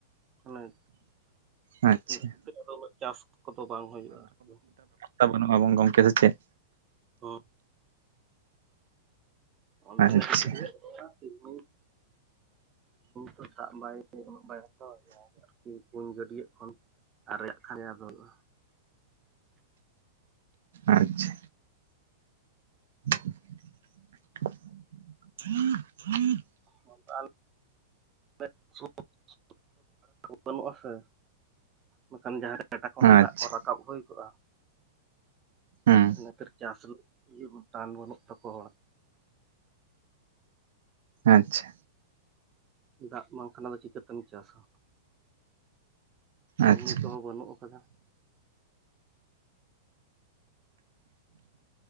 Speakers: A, on the right; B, on the right.
A: ᱢᱟᱱᱮ
B: ᱟᱪᱪᱷᱟ
A: ᱚᱱᱟ ᱠᱷᱟᱹᱛᱤᱨ ᱟᱫᱚ ᱩᱱᱟᱹᱜ ᱪᱟᱥ ᱠᱚᱫᱚ ᱵᱟᱝ ᱦᱳᱭᱳᱜ-ᱟ ᱟᱨᱠᱤ᱾
B: ᱛᱟ ᱵᱟᱹᱱᱩᱜᱼᱟ ᱜᱚᱢ ᱜᱚᱢᱠᱮ ᱥᱮ ᱪᱮᱫ?
A: ᱚ ᱚᱸᱰᱮ
B: ᱟᱪᱪᱷᱟ
A: ᱤᱱᱟᱹ ᱠᱷᱟᱹᱛᱤᱨ ᱜᱮ ᱵᱟᱹᱱᱩᱜ-ᱟ᱾ <unintelligible> ᱛᱚ ᱥᱟᱜ ᱵᱟᱭ ᱩᱱᱟᱹᱜ ᱵᱟᱭ ᱦᱟᱛᱟᱣᱟ ᱟᱨᱠᱤᱼᱼ ᱠᱩᱧ ᱜᱟᱹᱰᱭᱟᱹᱜ ᱠᱷᱚᱱ ᱟᱨᱮᱭᱟᱜ ᱠᱷᱟᱱ ᱜᱮ ᱟᱫᱚ ᱦᱩᱭᱩᱜ-ᱟ᱾
B: ᱟᱪᱪᱷᱟ <inaudible>
A: <unintelligible> ᱵᱟᱹᱱᱩᱜ-ᱟ ᱥᱮ᱾ ᱢᱟᱠᱷᱟᱱ ᱡᱟᱦᱟᱨᱮ ᱮᱴᱟ ᱠᱷᱚᱱ
B: ᱟᱪᱪᱷᱟ
A: ᱫᱟᱜ ᱠᱚ ᱨᱟᱠᱟᱵ ᱦᱩᱭ ᱠᱚᱜ-ᱟ
B: ᱦᱩᱸ
A: ᱚᱱᱟᱹᱛᱤᱨ ᱪᱟᱥ ᱤᱭᱟᱹ ᱵᱟᱹᱱᱩᱜ ᱴᱟᱱ ᱵᱟᱹᱱᱩᱜ ᱛᱟᱠᱚᱣᱟ ᱦᱚᱲᱟᱜ᱾
B: ᱟᱪᱪᱷᱟ᱾
A: ᱫᱟᱜ ᱵᱟᱝᱠᱷᱟᱱ ᱟᱫᱚ ᱪᱤᱠᱟᱹᱛᱮᱢ ᱪᱟᱥᱟ᱾ ᱢᱤᱱᱤ
B: ᱟᱪᱪᱷᱟ
A: ᱠᱚᱦᱚᱸ ᱵᱟᱹᱱᱩᱜ ᱠᱟᱫᱟ᱾